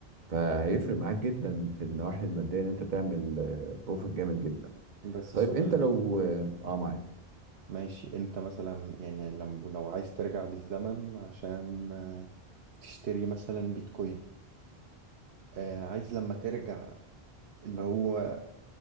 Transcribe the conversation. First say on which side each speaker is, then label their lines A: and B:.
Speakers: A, on the right; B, on the right.
A: فهيفرق معاك جدا في النواحي المادية ان انت تعمل آه، بروفيت جامد جدا
B: بس
A: طيب
B: سؤال
A: انت
B: بقى
A: لو اه آه، معاك
B: ماشي أنت مثلا يعني لم- لو عايز ترجع بالزمن عشان آه، تشتري مثلا بيتكوين آه، عايز لما ترجع اللي هو